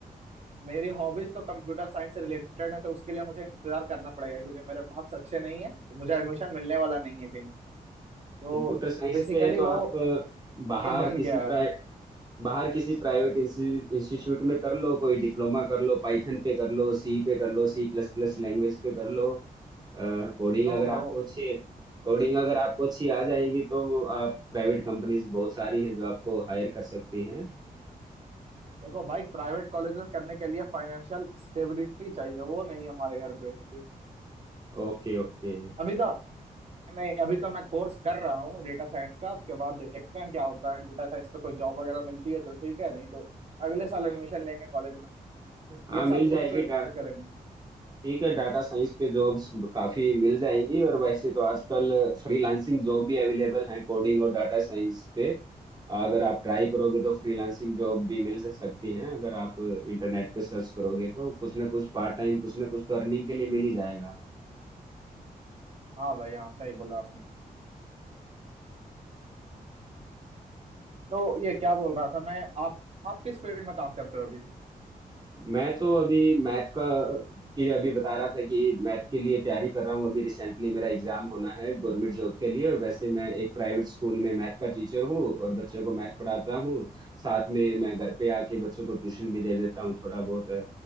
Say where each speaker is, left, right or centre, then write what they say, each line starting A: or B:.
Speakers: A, on the right; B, on the right.
A: मेरी हॉबीज तो कंप्यूटर साइंस से रिलेटेड है तो उसके लिए मुझे इंतजार करना पड़ेगा क्योंकि मेरे मार्क्स अच्छे नहीं है तो मुझे एडमिशन मिलने वाला नहीं है कहीं तो
B: कंप्यूटर साइंस
A: बेसिकली
B: पे है तो आप
A: वो
B: अ, बाहर
A: ये बन
B: किसी
A: गया है
B: बाहर किसी प्राइवेट इंस्टीट्यूट में कर लो कोई डिप्लोमा कर लो पाइथन पे कर लो सी पे कर लो सी प्लस प्लस लैंग्वेज पे कर लो कोडिंग
A: No
B: अगर
A: bro
B: आपको अच्छी कोडिंग अगर आपको अच्छी आ जाएगी तो आप प्राइवेट कंपनीज बहुत सारी है जो आपको हायर कर सकती हैं
A: देखो भाई प्राइवेट कॉलेजेस करने के लिए फाइनेंशियल स्टेबिलिटी चाहिए वो नहीं है हमारे घर पे अभी
B: Okay okay
A: अभी तो नहीं अभी तो मैं कोर्स कर रहा हूँ डेटा साइंस का उसके बाद देखते हैं क्या होता है डेटा साइंस पे कोई जॉब वगैरह मिलती है तो ठीक है नहीं तो अगले साल
B: हाँ
A: एडमिशन लेंगे कॉलेज में
B: हाँ
A: ये साल
B: मिल जाएगी
A: खुद को ये
B: डा
A: करेंगे
B: ठीक है डाटा साइंस पे जॉब्स काफी मिल जाएंगी और वैसे तो आजकल फ्रीलांसिंग जॉब भी अवेलेबल हैं कोडिंग और डाटा साइंस पे अगर आप ट्राई करोगे तो फ्रीलांसिंग जॉब भी मिल जा सकती हैं अगर आप इंटरनेट पे सर्च करोगे तो कुछ ना कुछ पार्ट टाइम कुछ ना कुछ तो अर्निंग के लिए मिल ही जाएगा
A: हाँ भाई हाँ सही बोला आपने तो ये क्या बोल रहा था मैं आप आप किस फील्ड में काम करते हो अभी
B: मैं तो अभी मैथ का की अभी बता रहा था कि मैथ के लिए तैयारी कर रहा हूँ अभी रिसेंटली मेरा एग्जाम होना है गवर्नमेंट जॉब के लिए और वैसे मैं एक प्राइवेट स्कूल में मैथ का टीचर हूँ और बच्चों को मैथ पढ़ाता हूँ साथ में मैं घर पे आके बच्चों को ट्यूशन भी दे देता हूँ थोड़ा बहुत